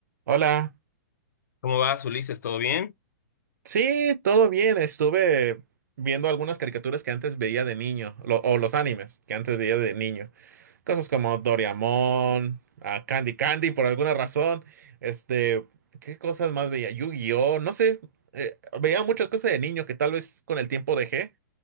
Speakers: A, on the right; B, on the left.
A: Hola.
B: ¿Cómo vas, Ulises? ¿Todo bien?
A: Sí, todo bien. Estuve viendo algunas caricaturas que antes veía de niño, lo- o los animes que antes veía de niño. Cosas como Doraemon, ah, Candy Candy por alguna razón. Este, ¿qué cosas más veía? Yu-Gi-Oh, no sé. eh, veía muchas cosas de niño que tal vez con el tiempo dejé,